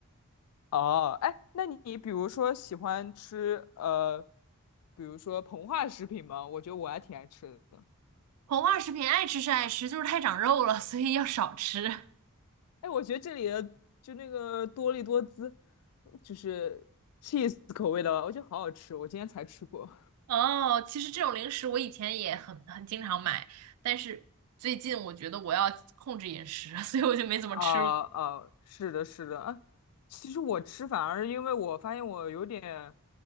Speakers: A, on the left (about 75°); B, on the right (about 75°).
A: 哦，哎，那你比如说喜欢吃呃，比如说膨化食品吗？我觉得我还挺爱吃的。
B: 膨化食品爱吃是爱吃，就是太长肉了，<laughs> 所以要少吃。
A: 哎，我觉得这里的就那个多利多滋，就是 cheese 口味的，我觉得好好吃。我今天才吃过。<laughs>
B: 哦，其实这种零食我以前也很很经常买，但是最近我觉得我要控制饮食，<laughs> 所以我就没怎么吃了。
A: 啊啊，是的，是的。啊其实我吃反而因为我发现我有点，